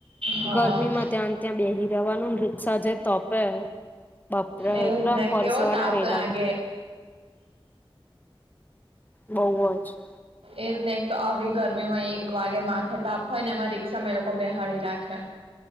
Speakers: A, on the right (about 80°); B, on the left (about 20°).
A: હા
B: ગરમીમાં ત્યાં ત બેહી રવાનું રિક્ષા જે તપે બપરા
A: એજ
B: એટલામ
A: ને
B: પરસેવા
A: કેવો તાપ
B: ના રેલા
A: લાગે
B: હ <inaudible> બહ જ.
A: એ જ ને એક તો આવી ગરમી માં એક એક વાગે માથે તાપ હોય ને એમાં રિક્ષામાં લોકો બેહાળી રાખે